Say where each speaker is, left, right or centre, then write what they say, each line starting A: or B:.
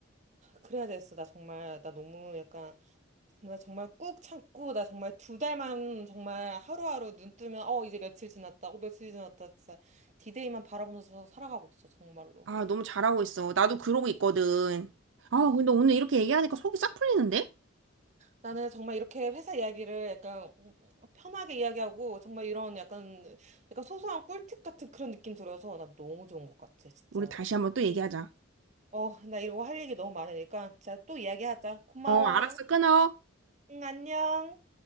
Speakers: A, on the right; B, on the right.
A: 그래야 됐어. 나 정말 나 너무 약간 나 정말 꾹 참고 나 정말 두 달만 정말 하루하루 눈 뜨면 어 이제 며칠 지났다. 어 며칠 지났다. 진짜 디데이만 바라보면서 살아가고 있어. 정말로.
B: 아, 너무 잘하고 있어. 나도 그러고 있거든. 아,
A: 아,
B: 근데 오늘 이렇게 얘기하니까 속이 싹 풀리는데?
A: 나는 정말 이렇게 회사 이야기를 약간 편하게 이야기하고 정말 이런 약간 약간 소소한 꿀팁 같은 그런 느낌 들어서 난 너무 좋은 것 같아. 진짜.
B: 우리 다시 한번 또 얘기하자.
A: 어, 나 이런 거 할 얘기 너무 많으니까. 자, 또 이야기하자. 고마워.
B: 어, 알았어. 끊어.
A: 응, 안녕.